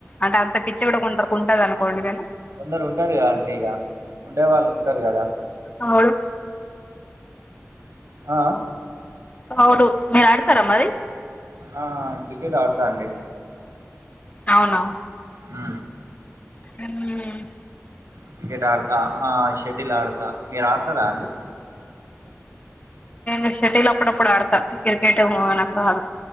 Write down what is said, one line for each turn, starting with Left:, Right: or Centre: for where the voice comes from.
Left: అంటే అంత పిచ్చ కూడా కొరుంటంది అనుకోండి కానీ
Right: కొందరు ఉంటారు గా అండి ఇక ఉండే వాళ్ళు ఉంటారు కదా
Left: అవును
Right: ఆ ఆ
Left: అవును మీరు ఆడుతారా మరి
Right: ఆ క్రికెట్ ఆడతా అండి
Left: అవునా
Right: ఆ
Left: ఉమ్
Right: క్రికెట్ ఆడతా షెటిల్ ఆ ఆడతా మీరు ఆడతారా అండి
Left: ఎ షెటీలు అప్పుడప్పుడు ఆడతా క్రికెట్ నాకురాదు